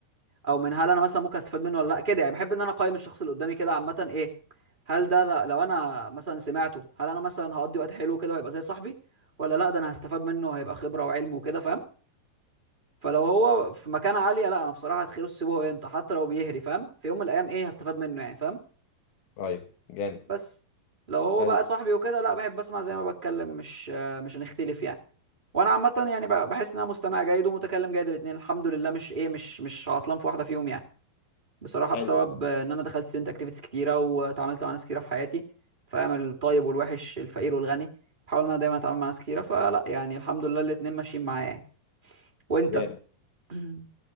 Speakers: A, on the right (about 15°); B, on the left (about 85°).
A: او من هل انا مثلا ممكن استفاد منه ولا لا كده يعني بحب ان انا اقيم الشخص اللي قدامي كده عامه ايه هل ده ل- لو انا مثلا سمعته هل انا مثلا هقضي وقت حلو كده وهيبقى زي صاحبي ولا لا ده انا هستفاد منه هيبقى خبره وعلم وكده فاهم فلو هو في مكانه عاليه لا انا بصراحه هتخيره السيبه هو ينطق حتى لو بيهري فاهم في يوم من الايام ايه هستفاد منه يعني فاهم
B: طيب جامد
A: بس لو هو
B: حلو
A: بقى صاحبي وكده لا بحب اسمع زي ما بتكلم مش آه، مش هنختلف يعني وانا عامه يعني بقى بحس ان انا مستمع جيد ومتكلم جيد الاثنين الحمد لله مش ايه مش مش عطلان في واحده فيهم يعني بصراحة
B: حلو
A: بسبب آه، ان انا دخلت ستودنت اكتيفيتيز كتيرة واتعاملت مع ناس كتيرة في حياتي فاهم الطيب والوحش الفقير والغني بحاول ان انا دايما اتعامل مع ناس كتيرة فلا يعني الحمد لله الاتنين ماشيين معايا يعني. وانت
B: جامد
A: <clears throat>